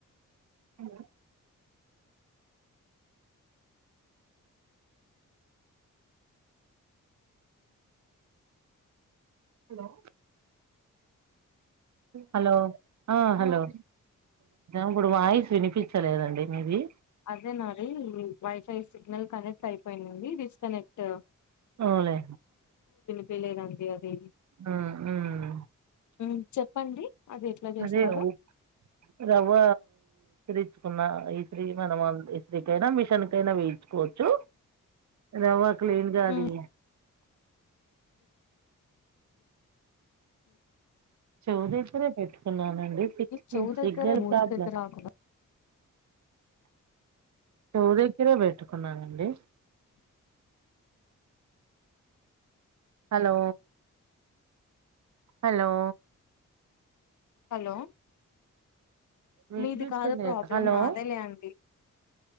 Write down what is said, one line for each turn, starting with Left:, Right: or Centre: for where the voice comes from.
Right: హలో హలో హలో ఆ హలో ఇప్పుడు వాయిస్ వినిపి స్తలేదండి మీది
Left: అదే నాది ఈ వైఫై సిగ్నల్ కనెక్ట్ అయిపోయిందండి డిస్కనెక్ట్
Right: అవులే
Left: తేలీదండి అది
Right: ఆ మ్
Left: మ్ చెప్పండి అది ఎట్లా చేస్తారు
Right: అదే ఉ రవ్వ చ్చుకున్న ఈస్తీ మనం ఈస్త్రీకైనా మిషన్ కైనా వేయించుకోవచ్చు రవ్వ క్లిన్ దది
Left: మ్మ్
Right: చౌదిసిరే పెట్ న్నానండి సిగ్
Left: చెవు
Right: సిగ్నల్
Left: దగ్గర మూతి
Right: ప్రాబ్లమ్
Left: దగ్గర కాకుండా
Right: స్టోరిస్ కుడా పెట్టుకున్నానండి హలో హలో
Left: హలో
Right: వినిపించలేదు
Left: మీది కాదు ప్రాబ్లం
Right: హలో
Left: నాదే లే అండి